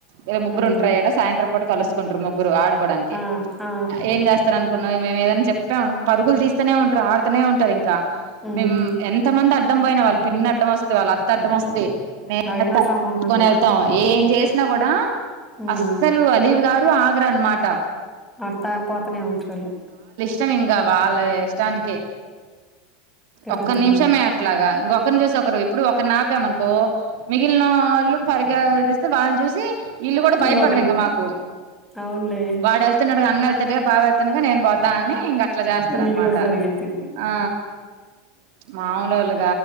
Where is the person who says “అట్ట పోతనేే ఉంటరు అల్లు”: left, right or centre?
Centre